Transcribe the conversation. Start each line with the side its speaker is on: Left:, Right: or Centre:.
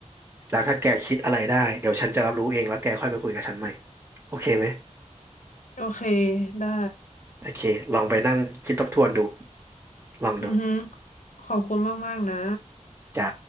Right: แล้วถ้าแกคิดอะไรได้เดี๋ยวฉันจะรับรู้เองแล้วแกค่อยมาคุยกับฉันใหม่โอเคไหม
Left: โอเคได้
Right: โอเคลองไปนั่งคิดทบทวนดูลองดู
Left: อือฮึขอบคุณมากๆนะ
Right: จ้า